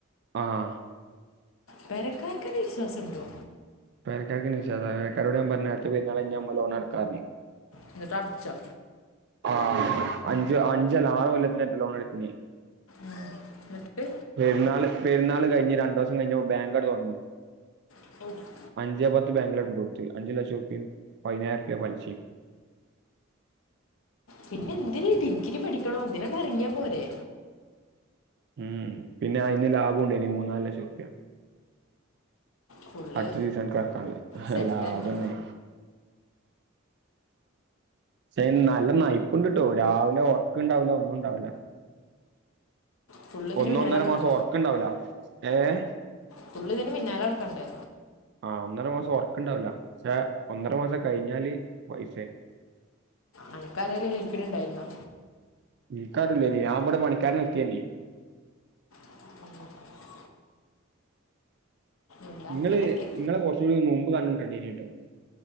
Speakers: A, on the right (about 55°); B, on the left (about 80°).
A: ആഹ്
B: പെരക്കാർക്കന്നെ വിശ്വാസണ്ടോ
A: പെരക്കാർക്കെന്നെ വിശാസ പേരക്കാരോട് ഞാൻ പറഞ്ഞു അടുത്ത പെരുന്നാൾ കയ്ഞ നമ്മൾ ലോൺ അടക്കാറഞ്ഞെയ്
B: ഇന്നിട്ട് അടച്ചോ
A: ആഹ് അഞ്ച് അഞ്ചല്ല ആറ് കൊല്ലത്തിനേറ്റെ ലോൺ എടുത്തീനെ
B: ആഹ് ന്ന്ട്ട്
A: പെര്ന്നാള് പെരുന്നാള് കയിഞ് രണ്ടൂസം കഴിഞ്ഞപ്പം ബാങ്കട് തൊറന്നു
B: എസ്
A: അഞ്ചേ പത്ത് ബാങ്കിലണ്ട് കൊടുത്തു അഞ്ചു ലക്ഷംറുപ്യ പതിനായിരുർപ്യ പലിശി
B: പിന്നെ എന്തിന് ഡിഗ്രി പഠിക്കണോ ഇതിനങ‌ട്ട് എറങ്ങിയാ പോരെ
A: ഉം പിന്നെ അയ്ന് ലാബോണ്ടയ്നു മൂന്നാല് ലക്ഷം റുപ്യാ
B: ഫുള്ള്
A: അടുത്ത സീസനിക് എറക്കാളെ
B: സെറ്റ്
A: ലാഭന്ന
B: തന്നെ
A: പക്ഷെ അയ്ന് നല്ല നയ്പ്പ്ണ്ട്ട്ടോ രാവിലെ ഒർക്കുണ്ടാവില്ല ഒന്നും ഉണ്ടാവില്ല
B: ഫുള്ള് ഇതിന്
A: ഒന്നൊന്നര
B: പിന്നാലെ നടക്കണ്ടേ
A: മാസം ഒർക്ക് ഉണ്ടാവുല ഏഹ്
B: ഫുള്ളു ഇതിന് പിന്നാലെ നടക്കണ്ടേ
A: ആഹ് ഒന്നര മാസം ഒർക്കുണ്ടാവില്ല പക്ഷെ ഒന്നര മാസം കഴിഞ്ഞാല് പൈസെ
B: ആനക്കാരെലും ഹെൽപ്പിന് ഇണ്ടായിരുന്നോ
A: ഇൻക്കരുല്ലായിന്നു ഞാൻ ഇബടെ പണിക്കാരനെ നിർത്തിയീന്
B: ഉം ഉം എന്താ
A: ഇങ്ങള്
B: അങ്ങനൊക്കെ
A: ഇങ്ങളെകൊറച്ചൂടി മുമ്പ് കണ്ട് മുട്ടൻണ്ടീനിട്ടോ